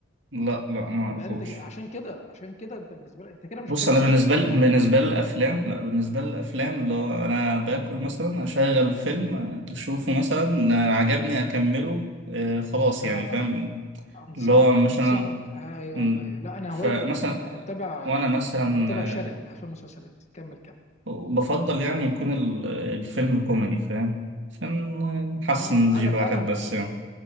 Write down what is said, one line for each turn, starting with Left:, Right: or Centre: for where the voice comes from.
Right: لا لا ما أعرفوش
Left: يبقى انت عشان كده عشان كده انت بالنسبه لك انت كده مش
Right: بص
Left: بتابع
Right: أنا
Left: سينما
Right: بالنسبة
Left: مصريه
Right: لي
Left: هلا
Right: بالنسبة للأفلام لا بالنسبة للأفلام اللي هو أنا باكل مثلا أشغل فيلم أشوفه مثلا عجبني أكمله آه خلاص
Left: لا
Right: يعني
Left: لا
Right: فاهم
Left: انصحك
Right: اللي هو مثلا
Left: انصحك ايوه
Right: مم.
Left: ايوه ايوه لا انا
Right: فمثلا
Left: هوايتي الافلام انا متابع
Right: وأنا مثلا
Left: انا متابع شره
Right: آه،
Left: لافلام والمسلسلات كمل كمل
Right: بفضل يعني يكون ال- الفيلم كوميدي فاهم عشان نحسن
Left: اه
Right: نمزج
Left: انا
Right: الواحد
Left: فعلا انت
Right: بس يعني